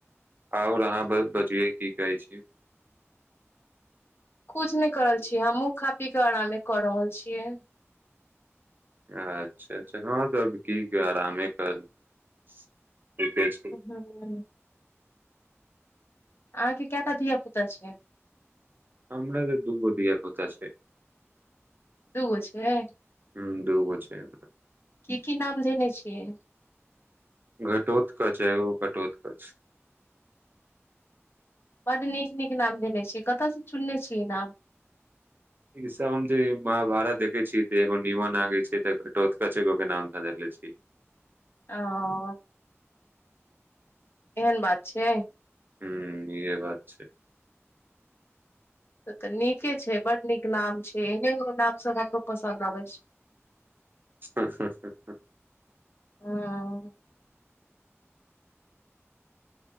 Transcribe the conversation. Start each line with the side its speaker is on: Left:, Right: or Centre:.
Right: आओर अहाँ बज बजियै की करय छी।
Left: कुछ नहि कर रहल छीयै हमहुँ खा पी कऽ आरामे कऽ रहल छियै।
Right: अच्छा अच्छा, हँ तऽ की क आरामे क, ठिके छै।
Left: <inaudible> अहाँ के कयटा धिया पुता छै।
Right: हमरा तऽ दुगो धिया-पुता छै।
Left: दूगो छै,
Right: हूँ दूगो छै हमरा।
Left: की-की नाम देने छियै?
Right: घटोत्कच एगो कटोत्कच।
Left: बड नीक-नीक नाम देने छियै कतऽ से चुनने छियै ई नाम?
Right: ई सब हम जे महाभारत देखे छियै तऽ एगो नीमन आबै छै तऽ घटोतकच एगो के नाम धऽ देने छी।
Left: ओ, एहन बात छै।
Right: हूं इहे बात छै।
Left: तऽ नीके छै, बड नीक नाम छै, एहने नाम सब हमरो पसन्द आबै छै।
Right: ह ह ह ह
Left: हुं